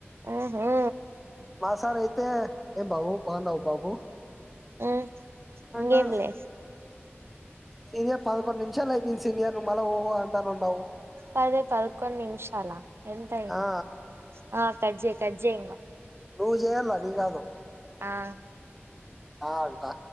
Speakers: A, on the right (about 65°); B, in the centre.
A: ఆహా.
B: మా సార్ అయితే ఏం బాబు బాగున్నావ బాబు.
A: ఉమ్ ఇంగెం
B: అంటాడు
A: లే.
B: సీనియర్ పదకొండు నిమిషాలు అయిపోయింది సీనియర్ ను మళ్ళా ఓహో అంటానే ఉన్నావు.
A: పదే పదకొండ్ నిమిషాల ఎంత ఐంది
B: ఆ
A: ఆహ్ కట్ చెయ్ కట్ చెయ్.
B: నువ్వు చేయాలే నేన్ కాదు.
A: ఆహ్.
B: ఆ ఉంటా